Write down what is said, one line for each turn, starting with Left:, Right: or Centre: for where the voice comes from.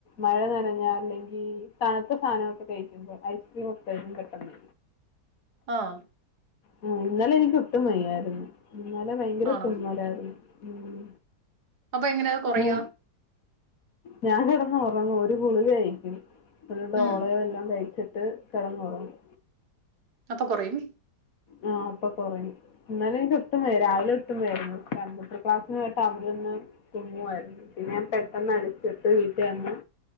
Left: മഴ നനഞ്ഞാ അല്ലെങ്കിൽ തണുത്ത സാനക്കെ കഴിക്കുമ്പോ ഐസ്ക്രീം ഒക്കെ കഴിക്കും പെട്ടോന്ന്
Right: ആഹ്
Left: ആഹ് ഇന്നലെ എനിക്ക് ഒട്ടും വയ്യായിരുന്നു. ഇന്നലെ ഭയങ്കര
Right: ആണോ
Left: തുമ്മലാരുന്നു ഉം
Right: അപ്പൊ എങ്ങനെയത് കൊറയ
Left: മൂ ഞാൻ കിടന്ന് ഒറങ്ങു ഒരു ഗുളിക കഴിക്കും ഒരു ഡോളയും
Right: ഉം
Left: എല്ലാം കഴിച്ചി ട്ട് കിടന്നൊറങ്ങും
Right: അപ്പൊ കൊറയും
Left: ആ അപ്പൊ കൊറയും ഇന്നലെ എനിക്ക് ഒട്ടും വയ്യ രാവിലെ ഒട്ടും വയ്യാരുന്നു കമ്പ്യൂട്ടർ ക്ലാസ്സിനോയിട്ട് അവിട്ന്ന് തുമ്മുവായിരുന്നു പിന്നെ പെട്ടെന്ന് എടുത്തിട്ട് വീട്ടി വന്ന്